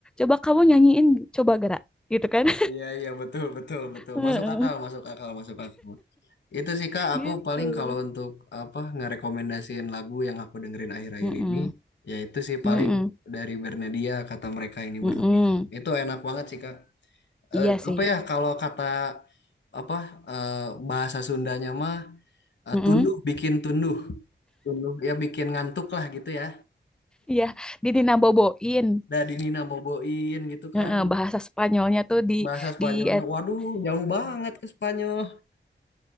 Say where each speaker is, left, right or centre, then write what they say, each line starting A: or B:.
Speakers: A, in the centre; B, on the left.
A: Coba kamu nyanyiin, coba gerak gitu kan.
B: Iya, iya, betul, betul, betul.
A: <laughs> Heeh,
B: Masuk akal, masuk akal, masuk akal. Itu sih Kak, aku
A: Gitu.
B: paling kalau untuk apa ngerekomendasiin lagu yang aku dengerin akhir-akhir
A: Mm-mm.
B: ini, ya itu sih
A: Mm-mm.
B: paling dari Bernadia kata mereka ini
A: Mm-mm.
B: berlebihan. Itu enak banget sih Kak. Eh,
A: Iya sih.
B: apa ya kalau kata apa eh, bahasa Sundanya mah eh,
A: Mm-mm.
B: tunduh bikin tunduh. Tunduh ya bikin ngantuk lah gitu ya.
A: Iya, didinaboboin.
B: Dari Nina boboin gitu
A: Heeh,
B: kan
A: bahasa Spanyolnya tuh di
B: bahasa Spanyolnya.
A: di eh,
B: Waduh, jauh banget ke Spanyol.